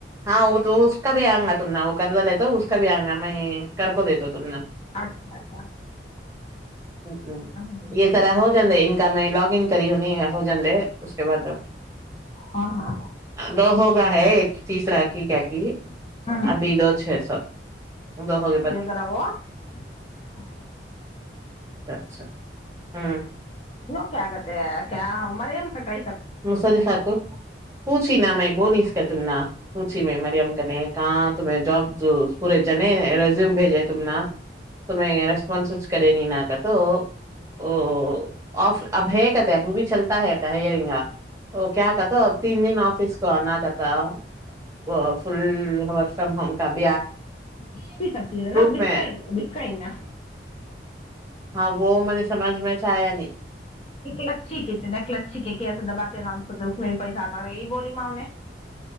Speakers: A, on the right (about 15°); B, on the left (about 35°).
A: ہاں دو <unintelligible> بھی آئں گا تم نہ وہ کردا لے تو اس کا بھی آں گا میں <unintelligible> کر کو دیے تو ت <unintelligible>
B: اچھا اچھا <unintelligible>
A: ہ ہ
B: ہاں
A: یہ سرح ہو <unintelligible> ہے ان کام میں لاگن کری ہونی ہو جندے اس کے بعد ہ
B: ہاں ہاں
A: دو ہوگا ہے تیسرا کی کیا کہ
B: ہوں
A: آب دو چ سب اد ہو گے ب
B: کررا وہو <unintelligible>
A: اچھا اچھا ہوں <unintelligible>
B: دوک آگت کیا مرم کٹر
A: م سری سااکر پوچھی ن میں بولیس <unintelligible> تمنا <unintelligible> پوچی میں مریم کنے <unintelligible> کااں تمیں جب پور نہیں ریزوم بھیج ہے تم <unintelligible> تو میںیں ریسپونسچ کرے نہیں ن کر تو <unintelligible> او آف اب ہے کہتے اب وہ بھی چلتا ہےتا ہئرنگا <unintelligible> ا کیا کہتا اب تین دن آفس کو آنا <unintelligible> ہم <unintelligible>
B: یہ بھی سب چیز نا بتک
A: میں
B: بک نا <unintelligible>
A: ہاں وہ مجھے سمجھ میں سے آیا نہیں <unintelligible>
B: ل اچھیلھییک ہے ایسا دباتے نا اس میں بھی پیسہ آتا یہی بولی ما ان نے <unintelligible>